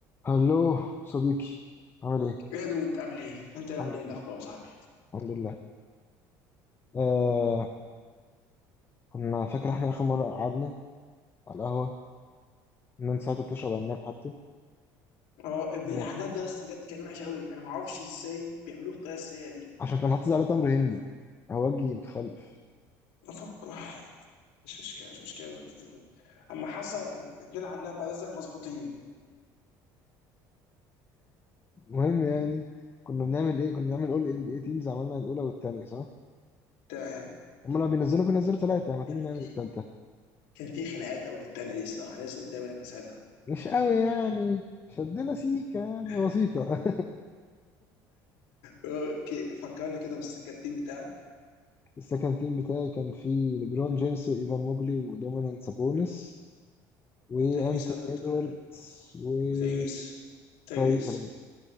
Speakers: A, on the left; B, on the left.
A: هلو صديقي عامل ايه؟
B: ايه يا دود عامل ايه؟ انت اللي
A: الحمد
B: عامل ايه إيه الاخبار
A: لله
B: يا صاحبي؟
A: الحمد لله آه كنا فاكر احنا اخر مره قعدنا على القهوه ان انت ساعتها بتشرب عناب حتى
B: اه العناد
A: عناب.
B: ده يا اسطى بجد كان وحش قوي انا ما اعرفش ازاي بيعملوه بالطريقه السيئه دي
A: عشان كان حاطط عليه تمر هندي هوجي متخلف
B: بفكر مش مشكله مش مشكله اما حسن اتنين عناد بعد اذنك مظبوطين
A: المهم يعني كنا بنعمل ايه كنا بنعمل اول ام بي اي تيمز عملنا الاولى والثانيه صح
B: تمام
A: هم لما بينزلوا بينزلوا ثلاثه ما تيجي
B: كان في
A: نعمل الثالثه
B: كان في خناقات قوي في التانية دي الصراحه أنا لسه قدامي لكن ساعتها
A: مش قوي يعني شدنا سيكه يعني
B: <laughs>
A: بسيطه
B: اوكي فكرني كده في السكه التيم بتاعك
A: <laughs> السكند تيم بتاعي كان فيه ليبرون جيمس وايفان موبلي ودومينيك سابونس وانتوني
B: تايريس هالبرتون
A: ادواردز وتايريس
B: تايريس تايريس
A: هاليبرتون